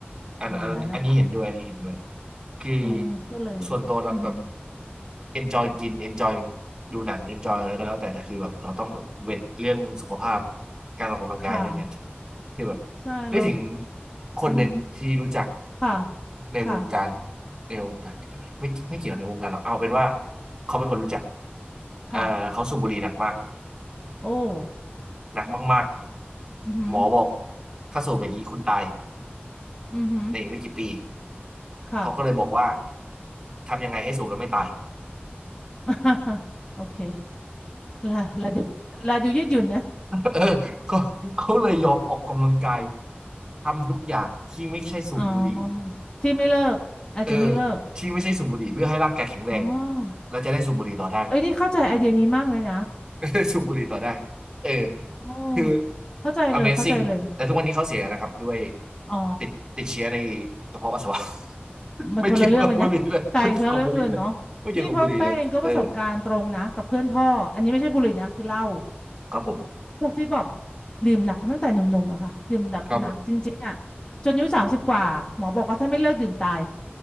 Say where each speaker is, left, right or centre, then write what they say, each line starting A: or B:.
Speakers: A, on the right; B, on the left.
A: อันอันอันนี้เห็นด้วย
B: ประมาณนั้นนะคะ
A: อันนี้เห็นด้วยคือ
B: เออก็เลย
A: ส่วนตัวเราแบบ
B: อือหือ
A: enjoy กิน enjoy ดูหนัง enjoy อะไรก็แล้วแต่แต่คือแบบเราต้องแบบเวทเรื่องสุขภาพการออกกำลังกายเรื่องนั้น
B: ค่ะ
A: คือแบบ
B: ใช่แล้ว
A: นึกถึงคนหนึ่งที่รู้จัก
B: อือหือค่ะ
A: ในวงการ
B: ค่ะ
A: ในวงการ <laughs> ไม่ไม่เกี่ยวในวงการหรอกเอาเป็นว่าเขาเป็นคนรู้จักเอ่อเขาสูบบุหรี่หนักมาก
B: ค่ะโอ้
A: หนักมากๆหมอบอก
B: อือหือ
A: ถ้าสูบอย่างนี้คุณตาย
B: อือหือ
A: ในอีกไม่กี่ปี
B: ค่ะ
A: เขาก็เลยบอกว่าทำยังไงให้สูบแล้วไม่ตาย
B: <laughs> โอเคลาลาดูลาดูยืดหยุ่นนะ
A: <laughs> เออเขาเขาเลยยอมออกกำลังกายทำทุกอย่างที่ไม่ใช่สูบบุหรี่
B: อ๋อที่ไม่เลิกอาจจะไม่เลิก
A: เออที่ไม่ใช่สูบบุหรี่เพื่อให้ร่างกายแข็งแรง
B: อ๋อ
A: เราจะได้สูบบุหรี่ต่อได้
B: เอ้ยนี่เข้าใจไอเดียนี้มากเลยนะ
A: <laughs> สูบบุหรี่ต่อได้เออ
B: โอ้
A: คือ
B: เข้าใจเลยเข้าใจเลย
A: Amazing แต่ทุกวันนี้เขาเสียนะครับด้วย
B: อ๋อ
A: ติดติดเชื้อในกระเพาะปัสสาวะ <laughs>
B: มันคนละเรื่องเลยนะ
A: ไม่เกี่ยวกับบุหรี่เลยไม่เกี่ยวกับบุหรี่เลยไม่เกี่ยวกับบุหรี่เลยเออ
B: <laughs> แต่อีกเรื่องอื่นเนาะนี่เพราะแป้งเองก็ประสบการณ์ตรงนะกับเพื่อนพ่ออันนี้ไม่ใช่บุหรี่นะคือเหล้า
A: ครับผม
B: พวกที่แบบดื่มหนักตั้งแต่หนุ่มๆอะค่ะดื่มแบบหนักจริงๆอะ
A: ครับผม
B: จนอายุสามสิบกว่าหมอบอกว่าถ้าไม่เลิกดื่มตาย